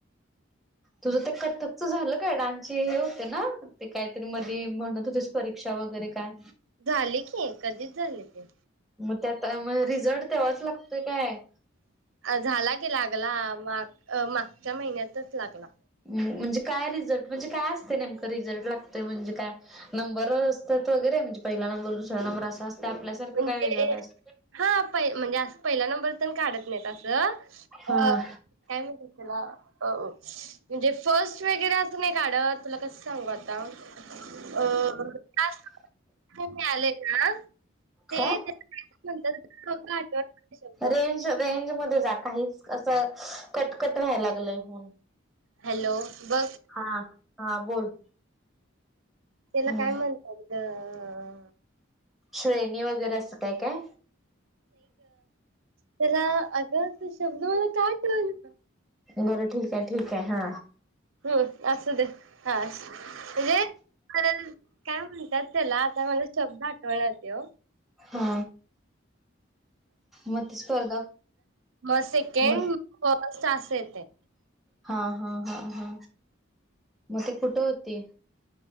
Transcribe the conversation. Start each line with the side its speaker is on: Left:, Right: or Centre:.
Centre: तुझं ते कथ्थक तुझं झालं काय डान्सचे हे होते ना? ते काहीतरी मधी म्हणत होते परीक्षा वगैरे काय?
Right: झाले की कधीच झाले ते.
Centre: मग त्यात म रिझल्ट तेव्हाच लागतोय काय?
Right: झाला की लागला माग मागच्या महिन्यातच लागला.
Centre: म्हणजे काय रिझल्ट म्हणजे काय असते? नेमकं रिझल्ट लागत म्हणजे काय? नंबरवरअसतात वगैरे. म्हणजे पहिला नंबर दुसरा नंबर असं नंबर असते आपल्यासखं,
Right: म्हणजे
Centre: काय वेगळंय असं
Right: हा पहि म्हणजे पहिला नंबर तेन काढत नाहीत तसं अं
Centre: हा.
Right: काय म्हणत्यात त्याला? अं म्हणजे फर्स्ट वगैरे असं नाही काढत, तुला कस सांगू आता? अं काय असं <unintelligible> आलेय का? <unintelligible>
Centre: काय रेंज रेंज मधे जा काहीच असं कटकट व्हायला लागलय म्हून
Right: हॅलो बघ
Centre: हा हा बोल.
Right: तेला
Centre: हम्म
Right: काय म्हणत्यात ग अं अं
Centre: श्रेणी वगैरे आसं काय काय?
Right: तेला अगं तो शब्द मला का आठवेना?
Centre: बरं ठीक हाय ठीक हाय हा.
Right: हम्म आसू दे हा स म्हंजे <unintelligible> काय म्हणत्यात तेला आता मला शब्द आठवना तो
Centre: हा म ती स्पर्धा
Right: म सेकेंड,
Centre: मग
Right: फर्स्ट अस येतंय.
Centre: हा हा हा हा मग ते कुठं होती?